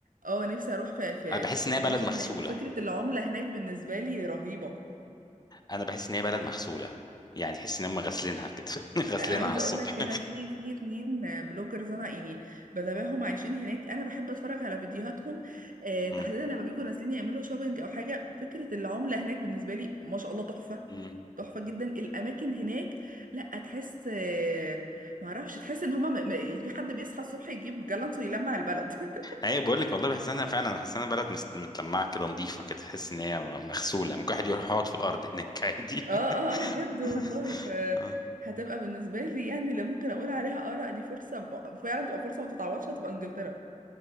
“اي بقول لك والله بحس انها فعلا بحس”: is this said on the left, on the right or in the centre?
Left